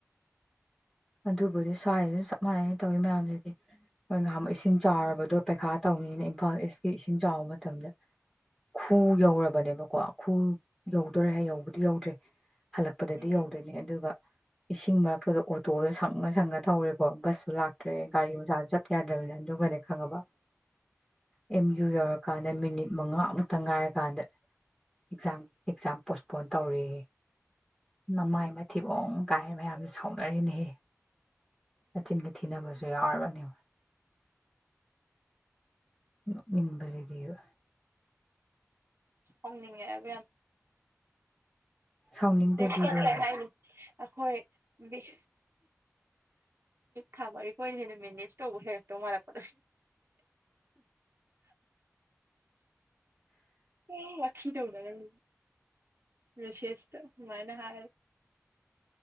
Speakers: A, in the centre; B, on the right.
A: ꯑꯗꯨꯕꯨꯗꯤ ꯁ꯭ꯋꯥꯏꯁꯤꯁꯨ ꯆꯞ ꯃꯥꯟꯅꯩꯩ ꯇꯧꯏ ꯃꯌꯥꯝꯁꯤꯗꯤ ꯑꯩꯈꯣꯏ ꯅꯍꯥꯟꯃꯨꯛ ꯏꯁꯤꯡ ꯆꯥꯎꯔꯕꯗꯣ ꯄꯩꯈꯥ ꯇꯧꯅꯤꯅ ꯏꯝꯐꯥꯜ ꯏꯁꯀꯤ ꯏꯁꯤꯡ ꯆꯥꯎꯕ ꯃꯇꯝꯗ ꯈꯨ ꯌꯧꯔꯕꯅꯦꯕꯀꯣ ꯈꯨ ꯌꯧꯗꯣꯔꯦ ꯍꯥꯏ ꯌꯧꯕꯨꯗꯤ ꯌꯧꯗ꯭ꯔꯤ ꯍꯜꯂꯛꯄꯗꯗꯤ
B: ꯎꯝ
A: ꯌꯧꯗꯣꯏꯅꯦ ꯑꯗꯨꯒ ꯏꯁꯤꯡ ꯃꯔꯛꯇꯗ ꯇꯣꯁꯦ ꯁꯪꯉ ꯁꯪꯉ ꯊꯧꯔꯦꯀꯣ ꯕꯁ ꯂꯥꯛꯇ꯭ꯔꯦ ꯒꯥꯔꯤꯒꯤ ꯃꯆꯥꯁꯨ ꯆꯠꯇ ꯌꯥꯗ꯭ꯔꯕꯅꯤꯅ ꯑꯗꯨꯒꯅꯦ ꯈꯪꯉꯕ ꯑꯦꯝ ꯌꯨ ꯌꯧꯔꯀꯥꯟꯗ ꯃꯤꯅꯤꯠ ꯃꯉꯥ ꯑꯃꯨꯛꯇ ꯉꯥꯏꯔꯀꯥꯟꯗ ꯑꯦꯛꯖꯥꯝ ꯑꯦꯛꯖꯥꯝ ꯄꯣꯁꯄꯣꯟ ꯇꯧꯔꯦ ꯅꯃꯥꯏ
B: ꯎꯝ
A: ꯃꯥꯠ ꯊꯤꯕꯣꯡ ꯒꯥꯏ ꯃꯌꯥꯝꯁꯦ ꯁꯥꯎꯅꯩ ꯑꯩꯅꯤꯍꯦ ꯃꯆꯤꯟ ꯒ ꯊꯤꯅꯕꯁꯨ ꯁꯦ ꯌꯥꯎꯔꯕꯅꯦꯕ ꯌꯦꯎ ꯅꯣꯛꯅꯤꯡꯕꯁꯤꯗꯦꯕ
B: ꯁꯥꯎꯅꯤꯡꯉꯛꯑꯦꯕ ꯌꯥꯝ
A: ꯁꯥꯎꯅꯤꯡꯗꯗꯤ
B: <unintelligible>
A: ꯑꯗꯨꯅꯤ
B: ꯑꯩꯈꯣꯏ ꯕꯦꯛ ꯊꯥꯕ ꯑꯩꯈꯣꯏꯅ ꯍꯦꯟꯅ ꯃꯦꯅꯦꯖ ꯇꯧꯕ ꯍꯩꯔꯛꯇꯧ ꯃꯥꯜꯂꯛꯄ ꯑꯣ ꯋꯥ ꯇꯧꯅꯔꯝꯃꯤ꯫ ꯃꯦꯁꯦꯁꯇ ꯁꯨꯃꯥꯏꯅ ꯍꯥꯏ